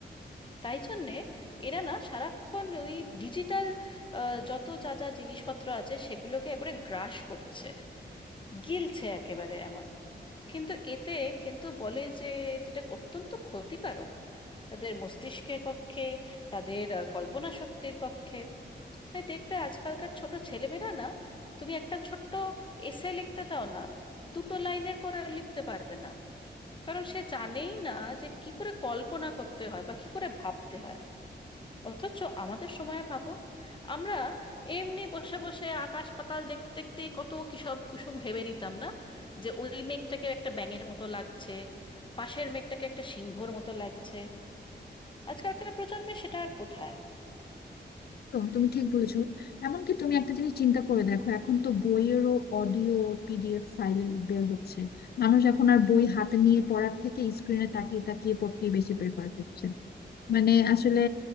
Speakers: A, on the left; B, on the left.
A: তাই জন্যে এরা না সারাক্ষণ ওই ডিজিটাল যত যা যা জিনিসপত্র আছে সেগুলোকে একবারে গ্রাস করছে গিলছে একেবারে এমন কিন্তু এতে কিন্তু বলে যে যেটা অত্যন্ত ক্ষতিকারক তাদের মস্তিষ্কের পক্ষে তাদের আহ, কল্পনা শক্তির পক্ষে তাই দেখবে আজকালকার ছোট ছেলেমেয়েরা না তুমি একটা ছোট্ট এসে লিখতে দাও না দুটো লাইনের পর আর লিখতে পারবে না কারণ সে জানেই না যে কি করে কল্পনা করতে হয় বা কি করে ভাবতে হয় অথচ আমাদের সময়ে ভাবো আমরা এমনি বসে বসে আকাশ পাতাল দেখতে দেখতেই কত কিসব কুসুম ভেবে নিতাম না যে ওই মেঘটাকে একটা ব্যাঙের মতো লাগছে পাশের মেঘটাকে একটা সিংহর মতো লাগছে আজকালকার প্রজন্মে সেটা আর কোথায়
B: একদম, তুমি ঠিক বলেছো এমনকি তুমি একটা জিনিস চিন্তা করে দেখো এখন তো বইয়েরও অডিও পিডিএফ ফাইল বের হচ্ছে মানুষ এখন আর বই হাতে নিয়ে পড়ার থেকে স্ক্রিনে তাকিয়ে তাকিয়ে পড়তেই বেশি প্রেফার করছে মানে আসলে